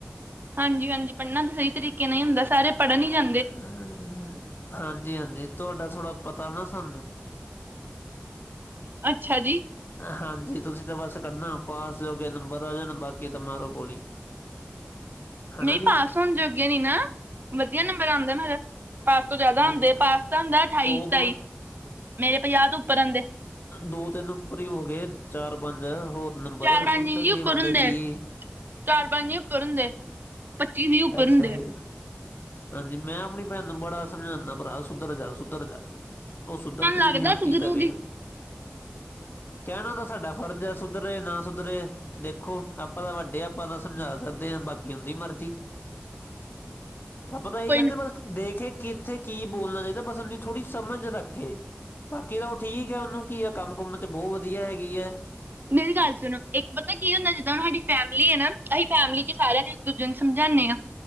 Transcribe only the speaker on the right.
ਹਾਂਜੀ-ਹਾਂਜੀ, ਪੜ੍ਹਨਾ ਤਾਂ ਸਹੀ ਤਰੀਕੇ ਨਾਲ ਈ ਹੁੰਦਾ, ਸਾਰੇ ਪੜ੍ਹਨ ਈ, ਜਾਂ
ਅੱਛਾ ਜੀ।
ਨਹੀਂ
ਪਾਸ ਹੋਣ ਜੋਗੇ ਨੀ ਨਾ, ਵਧੀਆ ਨੰਬਰ ਆਂਦੇ ਮੇਰੇ। ਪਾਸ ਤੋਂ ਜ਼ਿਆਦਾ
ਆਂਦੇ, ਪਾਸ ਦਾ ਹੁੰਦਾ ਅਠਾਈ,
ਸਤਾਈ
ਮੇਰੇ ਪੰਜਾਹ ਤੋਂ ਉੱਪਰ ਆਂਦੇ।
ਚਾਰ
ਪੰਜ ਇੰਚ
ਉੱਪਰ
ਹੁੰਦੇ
ਚਾਰ ਪੰਜ ਉੱਪਰ ਹੁੰਦੇ ਪੱਚੀ ਵੀਹ ਉੱਪਰ
ਹੁੰਦੇ
ਤੁਹਾਨੂੰ ਲੱਗਦਾ
ਸੀ
ਜ਼ਰੂਰੀ
ਕੋਈ
ਨਾ
ਮੇਰੀ ਗੱਲ ਸੁਣੋ, ਇੱਕ ਪਤਾ ਕੀ ਹੁੰਦਾ ਜਿੱਦਾਂ ਹੁਣ ਸਾਡੀ ਫੈਮਿਲੀ ਹੈ ਨਾ, ਅਸੀਂ ਫੈਮਿਲੀ'ਚ ਸਾਰਿਆਂ ਨੂੰ ਇੱਕ-ਦੂਜੇ ਨੂੰ ਸਮਝਾਨੇ ਹਾਂ